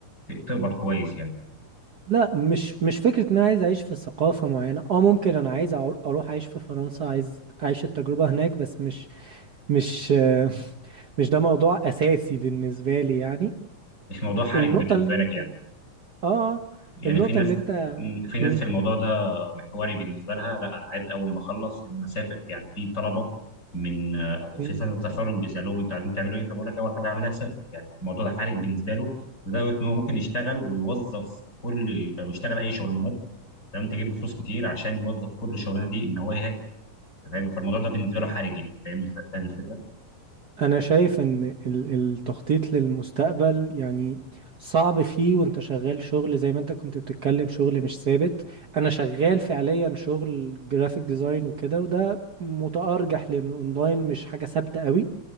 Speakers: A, on the left; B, on the right.
A: ت- تقبض كويس يعني
B: لا مش مش فكرة ان انا عايز اعيش في ثقافة معينة اه ممكن انا عايز أعو- اروح اعيش في فرنسا عايز اعيش التجربة هناك بس مش مش آه، <laughs> مش ده موضوع اساسي بالنسبة لي يعني
A: مش موضوع حرج
B: النقطة
A: بالنسبه
B: اللي
A: لك
B: انت
A: يعني
B: اه آه،
A: يعني
B: النقطة
A: في ناس
B: اللي انت
A: في ناس
B: م-
A: الموضوع ده محوري بالنسبه لها لا انا عايز اول ما اخلص ان أنا اسافر يعني في طلبه من آه،
B: م-
A: في سنه تخرج بيسالوهم انتوا عايزين تعملوا ايه فبقول لك اول حاجه اعملها اسافر يعني الموضوع ده حرج بالنسبه له لدرجه ان هو ممكن يشتغل ويوظف كل آه، يشتغل اي شغلانات تمام تجيب له فلوس كتير عشان يوظف كل شغلانه دي ان هو يهاجر أنت فاهم فالموضوع ده بالنسبه
B: م-
A: له حرج يعني فاهمني فاهم الفكره؟
B: انا شايف ان ال- التخطيط للمستقبل يعني صعب فيه وانت شغال شغل زي ما انت كنت بتتكلم شغل مش ثابت انا شغال فعليا شغل جرافيك ديزاين وكده وده متأرجح لان اونلاين مش حاجة ثابتة قوي